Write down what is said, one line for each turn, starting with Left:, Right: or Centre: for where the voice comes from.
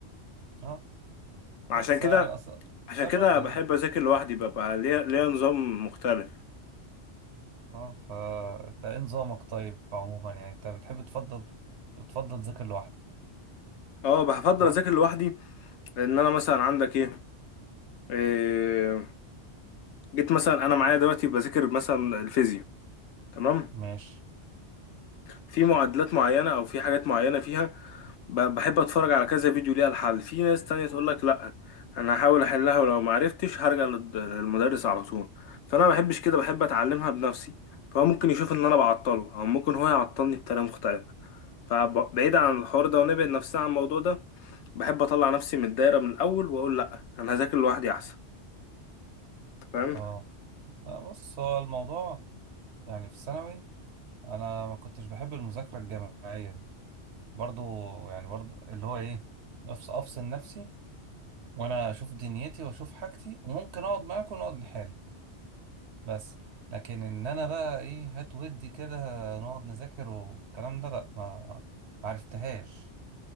Right: اه
Left: عشان
Right: بس
Left: كده
Right: انا أص- أصل
Left: عشان
Right: أنا
Left: كده
Right: شفت
Left: بحب
Right: ده
Left: اذاكر لوحدي ببقى ليا ليا نظام مختلف
Right: اه فانت ايه نظامك طيب عموما يعني انت بتحب تفضل بتفضل تذاكر لوحدك
Left: اه بفضل
Right: صح؟
Left: اذاكر لوحدي لان انا مثلا عندك ايه, إيه جيت مثلا انا معايا دلوقتي بذاكر مثلا الفيزياء تمام
Right: ماشي
Left: في معادلات معينه او في حاجات معينه فيها ب- بحب اتفرج على كذا فيديو ليها الحل في ناس تانية تقول لك لا انا هحاول احلها ولو ما عرفتش هرجع للد- للمدرس على طول فانا ما بحبش كده بحب اتعلمها بنفسي فهو ممكن يشوف ان انا بعطله او ممكن هو يعطلني بطريقه مختلفه فبعيد عن الحوار ده ونبعد نفسنا عن الموضوع ده بحب اطلع نفسي من الدايره من الاول واقول لا انا هذاكر لوحدي احسن فاهم
Right: اه لا بص هو الموضوع يعني في ثانوي انا ما كنتش بحب المذاكرة الجماعية دي برضو يعني برضو اللي هو ايه أفص- افصل نفسي وانا اشوف دنيتي واشوف حاجتي وممكن اقعد معاكم ونقعد نحل بس لكن ان انا بقى ايه هات ودي كده نقعد نذاكر والكلام ده لا ما ما عرفتهاش